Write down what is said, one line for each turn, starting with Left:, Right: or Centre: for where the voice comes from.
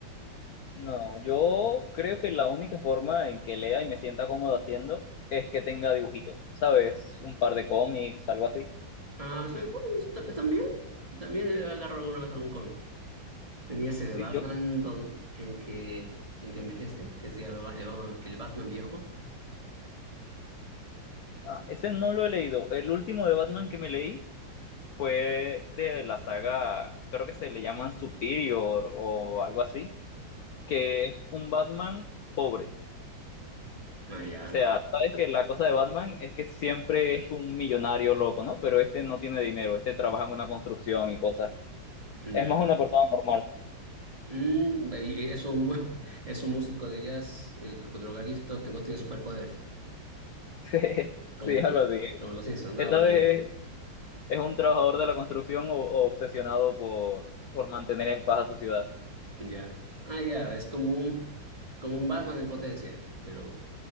Left: No, yo creo que la única forma en que lea y me sienta cómodo haciendo es que tenga dibujitos, ¿sabes? Un par de cómics, algo así.
Right: Ah, sí, bueno, sí, ta- también, también eh, agarro alguna vez algún cómic. Tenía ese
Left: Sí,
Right: de Batman
Left: yo,
Right: don- en que, en que envejece, que es ya el, Ba- el Batman el Batman viejo.
Left: ah, ese no lo he leído. El último de Batman que me leí fue de la saga, creo que se le llaman Superior o algo así, que es un Batman pobre.
Right: No, ya
Left: O sea,
Right: no,
Left: sabes que la cosa de Batman es que siempre es un millonario loco, ¿no? Pero este no tiene dinero, este trabaja en una construcción y cosas.
Right: ya.
Left: Es más una persona normal.
Right: Mm, ve- y es un, mu- <laughs> es un músico de jazz eh, como drogadicto que no tiene superpoderes,
Left: Sí,
Right: como,
Left: sí, algo
Right: co-
Left: así.
Right: como, los Simpson, no,
Left: Esta
Right: pues,
Left: vez es, es un trabajador de la construcción o, o obsesionado por, por mantener en paz a su ciudad.
Right: ya. Ah, ya, es como un, como un Batman en potencia, pero